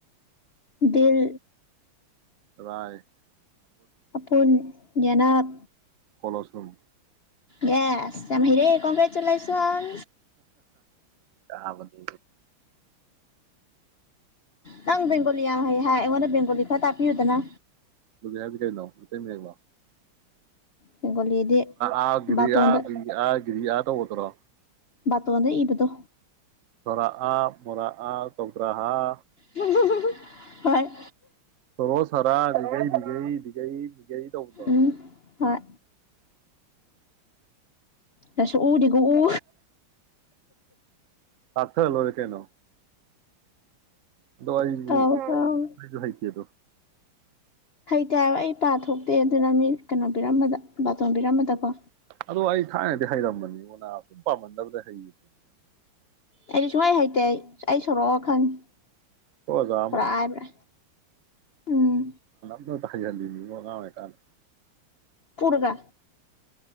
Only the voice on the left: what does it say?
ꯗꯤꯜ
ꯑꯄꯨꯟ ꯌꯦꯅꯞ
ꯌꯦꯏ ꯌꯥꯝ ꯍꯩꯔꯦ ꯀꯣꯡꯉꯔꯦꯆꯨꯂꯦꯁꯟ
ꯅꯪ ꯕꯦꯡꯒꯣꯂꯤ ꯌꯥꯝ ꯍꯩ ꯍꯥꯏ ꯑꯩꯉꯣꯟꯗ ꯕꯦꯡꯒꯣꯂꯤ ꯈꯔ ꯇꯥꯛꯄꯤꯌꯨꯗꯅ
ꯕꯦꯡꯒꯣꯂꯤꯗꯤ
ꯕꯥꯇꯣꯟꯗ
ꯕꯥꯇꯣꯟꯗ ꯏꯕꯗꯣ
ꯃꯖ ꯍꯚꯥꯏ
ꯎꯝ ꯍꯣꯏ ꯂꯁꯨ ꯎꯗꯤꯒꯨ ꯎ
ꯀꯥꯎ ꯀꯥꯎꯋꯦ
ꯍꯩꯇꯦ ꯍꯥꯏꯕ ꯑꯩ ꯄꯥ ꯊꯣꯛꯇꯦ ꯑꯗꯨꯅ ꯃꯤ ꯀꯩꯅꯣ ꯄꯤꯔꯝꯕꯗ ꯕꯥꯇꯣꯟ ꯄꯤꯔꯝꯕꯗꯀꯣ
ꯑꯩꯗꯤ ꯁꯨꯡꯋꯥꯥꯏ ꯍꯩꯇꯦ ꯑꯩ ꯑꯩ ꯁꯣꯔꯛꯑꯣ ꯈꯪꯉꯤ
ꯁꯣꯔꯥꯛꯑ ꯍꯥꯏꯕ꯭ꯔꯥ ꯎꯝ
ꯄꯨꯔꯒꯥ